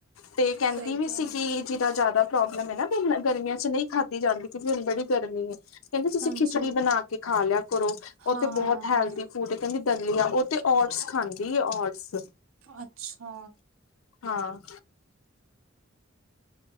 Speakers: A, on the left (about 85°); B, on the right (about 80°).
A: ਤੇ ਕਹਿੰਦੀ
B: ਸਹੀ
A: ਵੀ
B: ਕਿਹਾ
A: ਸੀਗੀ, ਜਿਦਾ ਜ਼ਿਆਦਾ ਪ੍ਰੋਬਲਮ ਹੈ ਨਾ ਵੀ ਨਾ ਗਰਮੀਆਂ ਚ ਨਹੀਂ ਖਾਧੀ ਜਾਂਦੀ ਕਿਉਂਕਿ ਹੁਣ ਬੜੀ ਗਰਮੀ ਹੈ ਕਹਿੰਦੀ ਤੁਸੀਂ
B: ਹਾਂਜੀ
A: ਖਿਚੜੀ ਬਣਾ ਕੇ ਖਾ ਲਿਆ ਕਰੋ,
B: ਹਾਂ,
A: ਉਹਤੇ ਬਹੁਤ ਹੈਲਥ ਫੂਡ ਕਹਿੰਦੀ ਚੱਲੀ ਆ, ਉਹ ਤੇ ਔਰਟਸ ਖਾਂਦੀ ਔਰਟਸ
B: ਅੱਛਾ
A: ਹਾਂ